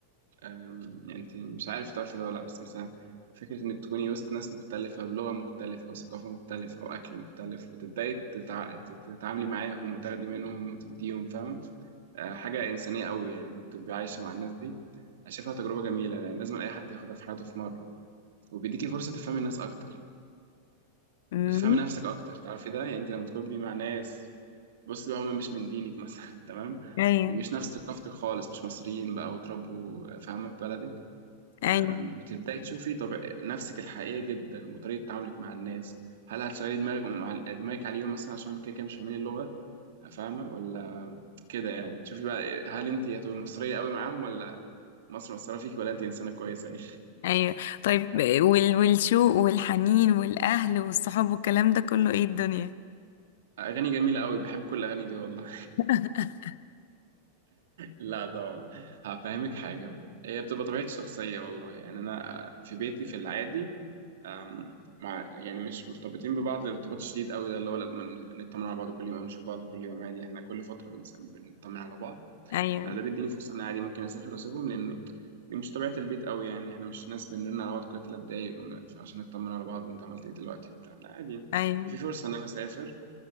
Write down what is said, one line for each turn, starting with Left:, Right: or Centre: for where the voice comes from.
Right: آم، يعني انت مش عارف تعرف ده ولا لأ، بس مثلا فكرة انك تكوني وسط ناس مختلفة بلغة مختلفة وثقافة مختلفة وأكل مختلف وتبدأي تتع... تتعاملي معاهم وتاخدي منهم وتديهم فاهمة آه، حاجة إنسانية قوي يعني تبقي عايشة مع الناس دي أنا شايفها تجربة جميلة يعني لازم أي حد ياخدها في حياته في مرة وبيديكي فرصة تفهمي الناس أكتر
Left: مم.
Right: بتفهمي نفسك اكتر تعرفي ده يعني انت لما تكوني مع ناس بص بقى هم مش من دينك مثلا <laughs> تمام
Left: أيوه
Right: ومش نفس ثقافتك خالص مش مصريين بقى وتربوا فاهمه في بلدك
Left: أيوه
Right: أم، بتبداي تشوفي طب نفسك الحقيقيه جدا وطريقه تعاملك مع الناس هل هتشغلي دماغك مع دماغك عليهم مثلا عشان كده كده مش فاهمين اللغه فاهمه ولا كده يعني تشوفي بقى هل انت هتبقي مصريه قوي معاهم ولا مصر مصرة فيك ولا انت انسانه كويسه يعني
Left: أيوه طيب آه، وال... والشوق والحنين والأهل والصحاب والكلام ده كله إيه الدنيا
Right: <laughs> اغاني جميله قوي بحب كل الاغاني دي والله
Left: <laughs>
Right: لا طبعا هفهمك حاجة هي بتبقى طبيعتي الشخصية والله يعني أنا في بيتي في العادي أم، مع يعني مش مرتبطين ببعض الارتباط شديد قوي ده اللي هو لازم نطمن على بعض كل يوم أو نشوف بعض كل يوم عادي احنا كل فترة بنس- بنطمن على بعض
Left: أيوه
Right: فده بيديني فرصة إن عادي ممكن أسافر وأسيبهم لأن دي مش طبيعة البيت قوي يعني احنا مش ناس بنرن على بعض كل تلات دقايق ون- عشان نطمن على بعض وأنت عملت إيه دلوقتي وبتاع لا عادي
Left: أيوه
Right: في فرصة إن أنا أسافر